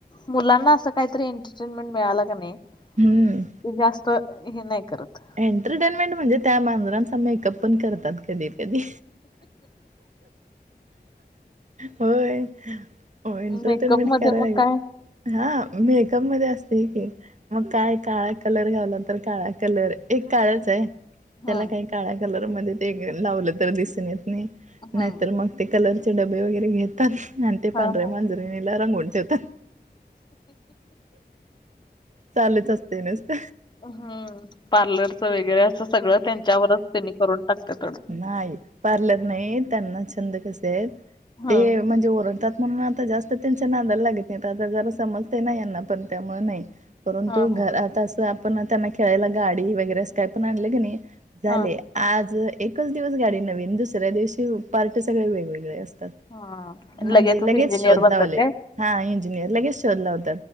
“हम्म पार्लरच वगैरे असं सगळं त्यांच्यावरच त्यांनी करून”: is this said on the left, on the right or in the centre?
Left